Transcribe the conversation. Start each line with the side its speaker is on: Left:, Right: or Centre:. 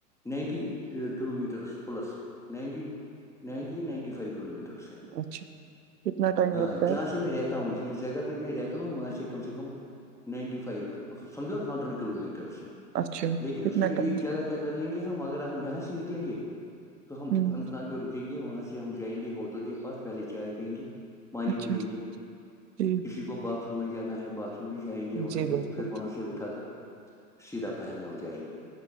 Centre: ninety kilometres plus ninety ninety ninety five kilometre اس سے
Right: اچھا کتنا ٹائم
Centre: ہاں
Right: لگتا
Centre: جہاں
Right: ہے
Centre: سے میرے ایک ہوں ج جگہ پہ میں رہتا ہوں وہاں سے کم سے کم نائنٹی فائیو سمجھو ہنڈریڈ کلو میٹرس ہیں
Right: اچھا
Centre: لیکن اس
Right: کتنا
Centre: میں ایک
Right: ٹائم
Centre: جگہ کیا کیا کر لیں گے ہم اگر ہم یہاں سے نکلیں گے تو ہم
Right: ہوں
Centre: اننت ناگ میں رکیں گے وہاں سے ہم جائیں گے ہوٹل کے پاس پہلے چائے پیئیں گے پانی
Right: اچھا
Centre: پیئیں گے
Right: جی
Centre: کسی کو باتھ روم میں جانا ہے باتھ روم بھی جائیں گے وہاں
Right: جی
Centre: سے
Right: بالکل
Centre: پھر وہاں سے اٹھا کر سیدھا پہلگام جائیں گے